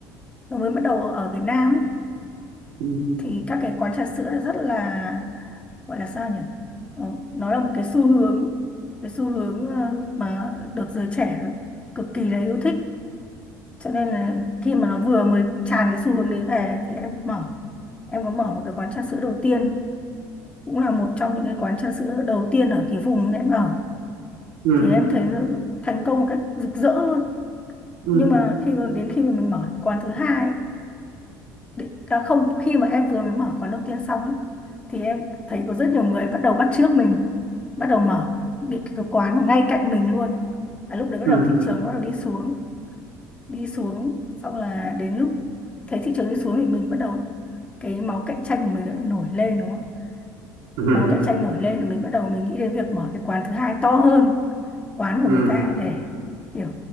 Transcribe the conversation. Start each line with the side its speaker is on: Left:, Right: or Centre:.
Left: nó mới bắt đầu ở Việt Nam ấy
Right: ừm,
Left: thì các cái quán trà sữa là rất là gọi là sao nhỉ? Ờ, nó là một cái xu hướng cái xu hướng ờ, mà được giới trẻ cực kỳ là yêu thích cho nên là khi mà nó vừa mới tràn cái xu hướng đấy về thì em mở em có mở một cái quán trà sữa đầu tiên cũng là một trong những cái quán trà sữa đầu tiên ở cái vùng em ở
Right: ừm,
Left: thì em thấy nó thành công một cách rực rỡ luôn
Right: ừm.
Left: nhưng mà khi mà đến khi mà mình mở cái quán thứ hai ấy, định- à không khi mà em vừa mới mở quán đầu tiên xong ấy, thì em thấy có rất nhiều người bắt đầu bắt chước mình bắt đầu mở những cái quán mà ngay cạnh mình luôn và lúc đấy bắt
Right: ừ
Left: đầu thị trường nó bắt đầu đi xuống đi xuống xong là đến lúc thấy thị trường đi xuống thì mình bắt đầu cái máu cạnh tranh của mình đã nổi lên đúng không
Right: ừ
Left: máu cạnh tranh nổi lên là mình bắt đầu mình nghĩ đến việc mở cái quán thứ hai to hơn quán của
Right: ừ
Left: người ta để kiểu